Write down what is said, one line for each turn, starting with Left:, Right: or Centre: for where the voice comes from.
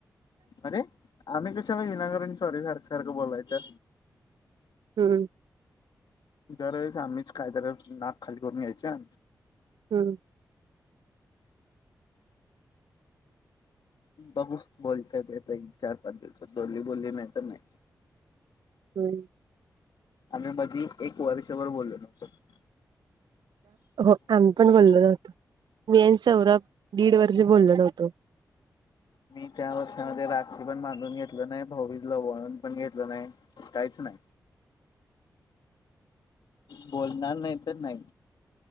Left: अरे आम्ही कशाला विनाकारण सॉरी सारखं सारखं बोलायचं
Right: हम्म
Left: दर वेळेस आम्हीच काय तर नाक खाली करून घ्यायचा
Right: हम्म
Left: बघू बोलत्या ती आता चार पाच दिवसात बोली बोली नाहीतर नाही
Right: होय
Left: आम्ही मधी एक वर्षभर बोललो नव्हतो
Right: हो आम्ही पण बोललो नव्हतो मी आणि सौरभ दीड वर्ष बोललो नव्हतो.
Left: मी त्या वर्षांमध्ये राखी पण बांधून घेतली नाय भाऊबीजला ओवाळून पण घेतलं नाय. कायचं नाय. बोलणार नाय तर नाय.